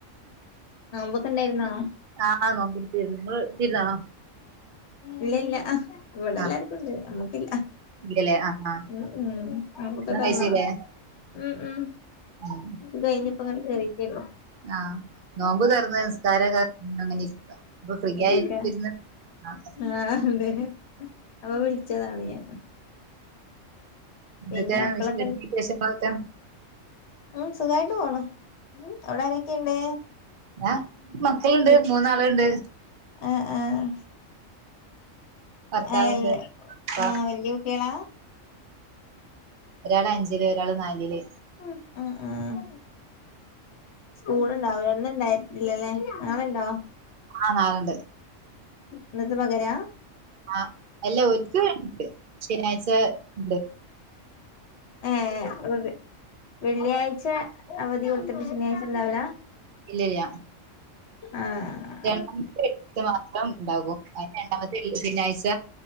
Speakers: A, on the left; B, on the right.
A: നോമ്പൊക്കെ ഉണ്ടായിരുന്നോ
B: ആഹ് നോമ്പ് പിടിച്ചിര്ന്ന് നിങ്ങള് പിടിച്ചിരുന്നോ
A: ഇല്ല ഇല്ല ഇവിടെ എല്ലാർക്കും
B: ആഹ്
A: ഉണ്ട് നമ്മക്കില്ല
B: ഇല്ലല്ലേ ആഹ് ആഹ്
A: ഉം ഉം നോമ്പൊക്കെ
B: ഭക്ഷണം
A: തൊറന്ന
B: കഴിച്ചില്ലേ
A: ഉം ഉം
B: ഉം
A: അത് കഴിഞ്ഞ് ഇപ്പം അങ്ങട്ട് കേറീട്ടേ ഉള്ളു
B: ആഹ് നോമ്പ് തൊറന്ന് നിസ്കാരൊക്കെ അങ്ങനെ ഇരിക്ക ഇപ്പം ഫ്രീ
A: ഇരിക്ക
B: ആയിട്ടിരുന്ന് ആഹ്
A: ആഹ് അതെ അപ്പം വിളിച്ചതാണ് ഞാനും
B: എന്തൊക്കെ
A: പിന്നെ മക്കളൊക്കെ
B: വിശേ വീട്ടിലെ വിശേഷങ്ങളൊക്കെ
A: ഉം സുഖായിട്ട് പോണു ഉം അവിടെ ആരൊക്കെയുണ്ട്
B: ആഹ് മക്കളുണ്ട്
A: വീട്ടിൽ
B: മൂന്നാളുണ്ട്
A: ആഹ് ആഹ്
B: ഭർത്താവുണ്ട്
A: ആയ്
B: ഇപ്പ
A: ആഹ് വല്ല്യ കുട്ട്യളാ
B: ഒരാള് അഞ്ചില് ഒരാള് നാലില്
A: ഉം ഉം സ്കൂള് ഉണ്ടാവില്ല ഇന്ന് ഉണ്ടായിരുന്നില്ലല്ലേ നാളെ ഉണ്ടോ
B: ആഹ് നാളെ ണ്ട്
A: ഇന്നത്തെ പകരാ
B: ആഹ് അല്ല ഓര്ക്ക് ഉണ്ട് ശനിയാഴ്ച ഉണ്ട്
A: ഏഹ് ഒര്, വെള്ളിയാഴ്ച അവധി കൊട്ത്ത്ട്ട് ശനിയാഴ്ചണ്ടാവൂലാ,
B: ഇല്ലല്ല
A: ആഹ്
B: <inaudible> മാത്രം ഉണ്ടാകും <unintelligible> ഇണ്ടാകും. അയ്ന് രണ്ടാമത്തെ ശനിയാഴ്ച